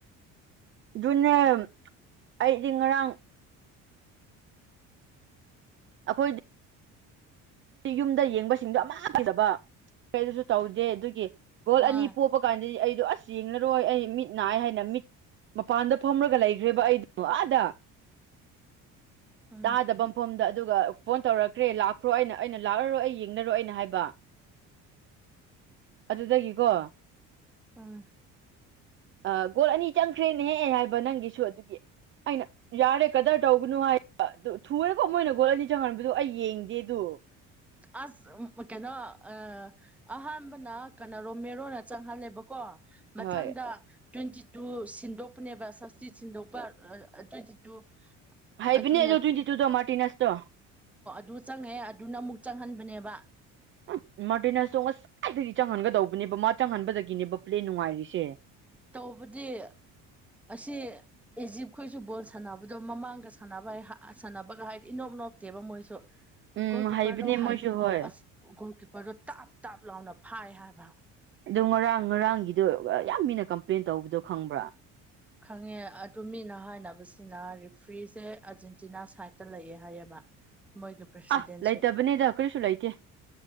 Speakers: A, on the right; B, in the centre.
A: ꯑꯗꯨꯅꯦ ꯑꯩꯗꯤ ꯉꯔꯥꯡ ꯑꯩꯈꯣꯏ ꯌꯨꯝꯗ ꯌꯦꯡꯕꯁꯤꯡꯗꯣ ꯑꯃ ꯐꯗꯕ ꯀꯩꯗꯨꯁꯨ ꯇꯧꯗꯦ ꯑꯗꯨꯒꯤ ꯒꯣꯜ
B: ꯑ
A: ꯑꯅꯤ ꯄꯣꯕ ꯀꯥꯟꯗꯗꯤ ꯑꯩꯗꯣ ꯑꯁ ꯌꯦꯡꯉꯔꯣꯏ ꯑꯩ ꯃꯤꯠ ꯅꯥꯏ ꯍꯥꯏꯅ ꯃꯤꯠ ꯃꯄꯥꯟꯗ ꯐꯝꯔꯒ ꯂꯩꯒ꯭ꯔꯦꯕ ꯑꯩꯗꯣ ꯑꯥꯗ
B: ꯎꯝ
A: ꯇꯥꯗꯕ ꯃꯐꯝꯗ ꯑꯗꯨꯒ ꯐꯣꯟ ꯇꯧꯔꯛꯈ꯭ꯔꯦ ꯂꯥꯛꯈ꯭ꯔꯣ ꯑꯩꯅ ꯑꯩꯅ ꯂꯥꯛꯂꯔꯣꯏ ꯑꯩ ꯌꯦꯡꯂꯔꯣ ꯑꯩꯅ ꯍꯥꯏꯕ ꯑꯗꯨꯗꯒꯤꯀꯣ
B: ꯎꯝ
A: ꯑꯥ ꯒꯣꯜ ꯑꯅꯤ ꯆꯪꯈ꯭ꯔꯦꯅꯦꯍꯦ ꯍꯥꯏꯕ ꯅꯪꯒꯤꯁꯨ ꯑꯗꯨꯒꯤ ꯑꯩꯅ ꯌꯥꯔꯦ ꯀꯗ꯭ꯔ ꯇꯧꯒꯅꯨ ꯍꯥꯏ ꯕ ꯗꯨ ꯊꯨꯑꯦꯀꯣ ꯃꯣꯏꯅ ꯒꯣꯜ ꯑꯅꯤ ꯆꯪꯍꯟꯕꯗꯨ ꯑꯩ ꯌꯦꯡꯗꯦ ꯑꯗꯨ
B: ꯑꯁ ꯎꯝ ꯀꯩꯅꯣ ꯑꯥ ꯑꯍꯥꯟꯕꯅ ꯀꯅ ꯔꯣꯃꯦꯔꯣꯅ ꯆꯪꯍꯜꯂꯦꯕꯀꯣ ꯃꯊꯪꯗ
A: ꯍꯣꯏ
B: ꯇ꯭ꯋꯦꯟꯇꯤ ꯇꯨ ꯁꯤꯟꯗꯣꯛꯄꯅꯦꯕ ꯁꯞꯁꯇꯤ ꯁꯤꯟꯗꯣꯛꯄ ꯑꯥ ꯑꯔ ꯇ꯭ꯋꯦꯟꯇꯤ ꯇꯨ
A: ꯍꯥꯏꯕꯅꯦ
B: ꯑꯗꯨꯅ
A: ꯑꯩꯗꯣ ꯇ꯭ꯋꯤꯟꯇꯤ ꯇꯨꯗꯣ ꯃꯥꯔꯇꯤꯅꯦꯁꯇꯣ
B: ꯗꯨ ꯆꯪꯉꯑꯦ ꯑꯗꯨꯅ ꯑꯃꯨꯛ ꯆꯪꯍꯟꯕꯅꯦꯕ
A: ꯎꯨꯝ ꯃꯥꯔꯇꯤꯅꯦꯁꯇꯨ ꯉꯁꯥꯏꯗꯒꯤ ꯆꯪꯍꯟꯒꯗꯧꯕꯅꯦꯕ ꯃꯥ ꯆꯪꯍꯟꯕꯗꯒꯤꯅꯦꯕ ꯄ꯭ꯂꯦ ꯅꯨꯡꯉꯥꯏꯔꯤꯁꯦ
B: ꯇꯧꯕꯗꯤ ꯑꯁꯤ ꯏꯖꯤꯞꯈꯣꯏꯁꯨ ꯕꯣꯜ ꯁꯥꯟꯅꯕꯗꯣ ꯃꯃꯥꯡ ꯒ ꯁꯥꯟꯅꯕ ꯍꯩ ꯍ ꯁꯥꯟꯅꯕꯒ ꯍꯥꯏꯗꯤ ꯏꯅꯣꯞ ꯅꯣꯞꯇꯦꯕ ꯃꯣꯏꯁꯨ
A: ꯎꯝ
B: ꯒꯣꯜ ꯀꯤꯞꯄꯔꯗꯣ
A: ꯍꯩꯕꯅꯦ
B: ꯍꯥꯏ
A: ꯃꯣꯏꯁꯨ ꯍꯣꯏ
B: ꯑꯁ ꯒꯣꯜ ꯀꯤꯞꯄꯔꯗꯣ ꯇꯥꯞ ꯇꯥꯞ ꯂꯥꯎꯅ ꯐꯥꯏ ꯍꯥꯏꯕ
A: ꯑꯗꯨ ꯉꯔꯥꯡ ꯉꯔꯥꯡꯒꯤꯗꯨ ꯑꯥ ꯌꯥꯝ ꯃꯤꯅ ꯀꯝꯄ꯭ꯂꯦꯟ ꯇꯧꯕꯗꯨ ꯈꯪꯕ꯭ꯔꯥ
B: ꯈꯪꯉꯦ ꯑꯗꯨ ꯃꯤꯅ ꯍꯥꯏꯅꯕꯁꯤꯅ ꯔꯤꯐ꯭ꯔꯤꯁꯦ ꯑꯔꯖꯦꯟꯇꯤꯅꯥ ꯁꯥꯏꯠꯇ ꯂꯩꯌꯦ ꯍꯥꯏꯌꯦꯕ ꯃꯣꯏꯒꯤ ꯄ꯭ꯔꯁꯤꯗꯦꯟꯁꯨ
A: ꯑꯥ ꯂꯩꯇꯕꯅꯦꯗ ꯀꯔꯤꯁꯨ ꯂꯩꯇꯦ